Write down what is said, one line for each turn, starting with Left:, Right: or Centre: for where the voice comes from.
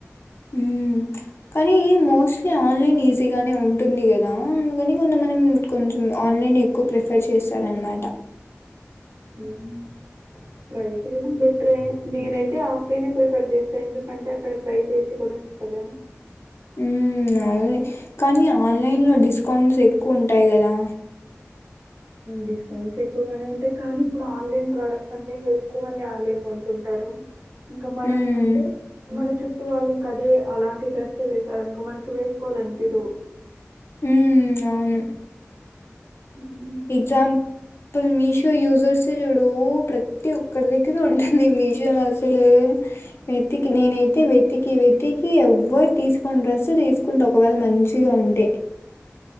Left: హ్మ్ కానీ మోస్ట్లీ ఆన్లైన్ ఈజీగానే ఉంటుంది కదా అందుకని కొంత మంది కొంచెం ఆన్లైన్ ఎక్కువ ప్రిఫర్ చేస్తారనమాట
Right: హ్మ్ ట్రై చేయడం బేటారే నేనైతే ఆఫ్లైనే ప్రిఫర్ చేస్తా ఎందుకంటే అక్కడ ట్రై చేసి కొనచ్చు కదా
Left: హ్మ్ అవునులే కానీ ఆన్లైన్ లో డిస్కౌంట్స్ ఎక్కువ ఉంటాయి కదా
Right: డిస్కౌంట్స్ ఎక్కువగానే ఉంటాయి కానీ ఇప్పుడు ఆన్లైన్ ప్రోడక్ట్స్ అంటే ఇంకా ఎక్కువ మంది ఆన్లైన్ కొంటుంటారు ఇంకా మనం
Left: హ్మ్
Right: అంటే మన చు చుట్టూ వాళ్ళు ఇంక అదే అలాంటి డ్రెస్ వేసారే అనుకో మనకి వేసుకోవాలి అనిపిదు
Left: హ్మ్ అవును
Right: హ్మ్
Left: ఎక్సంపుల్ మీషో యూజర్స్ చూడు ప్రతి ఒక్కరి దగ్గర ఉంటుంది మీషో న అసలు వెతికి నేనైతే వెతికి వెతికి ఎవరు తీసుకుొని డ్రస్ తీసుకుంటే ఒకవేళ మంచిగా ఉంటే